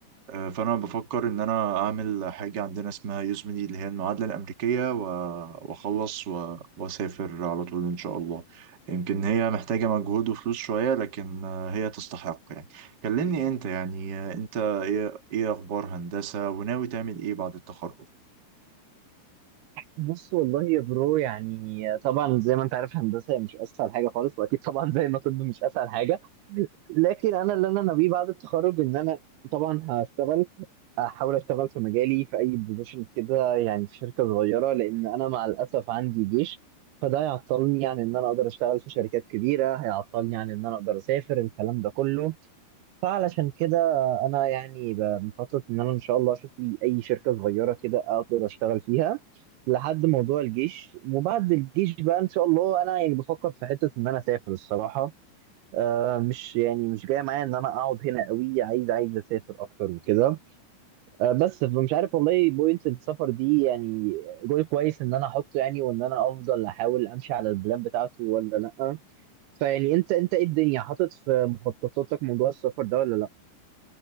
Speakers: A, on the right (about 40°); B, on the right (about 80°).
A: آه، فانا بفكر ان انا اعمل حاجه عندنا اسمها يوزمني اللي هي المعادله الامريكيه و- واخلص و- واسافر على طول ان شاء الله يمكن هي محتاجه مجهود وفلوس شويه لكن آه، هي تستحق يعني كلمني انت يعني آه، انت ايه ايه اخبار هندسه وناوي تعمل ايه بعد التخرج
B: بص والله يا برو يعني طبعا زي ما انت عارف هندسه هي مش اسهل حاجه خالص واكيد طبعا زي ما طب مش اسهل حاجه لكن انا اللي انا ناويه بعد التخرج ان انا طبعا هشتغل احاول اشتغل في مجالي في اي بوزيشن كده يعني في شركه صغيره لان انا مع الاسف عندي جيش فده هيعطلني عن ان انا اقدر اشتغل في شركات كبيره هيعطلني عن ان انا اقدر اسافر الكلام ده كله فعلشان كده انا يعني ب- مخطط ان انا ان شاء الله اشوف لي اي شركه صغيره كده اقدر اشتغل فيها لحد موضوع الجيش وبعد الجيش بقى ان شاء الله انا يعني بفكر في حته ان انا اسافر الصراحه آه مش يعني مش جاي معايا ان انا اقعد هنا قوي عايز عايز اسافر اكتر وكده آه بس مش عارف والله بوينت السفر دي يعني جول كويس ان انا احطه يعني وان انا افضل احاول امشي على البلان بتاعته ولا لا فيعني انت انت ايه الدنيا حاطط في مخططاتك موضوع السفر ده ولا لا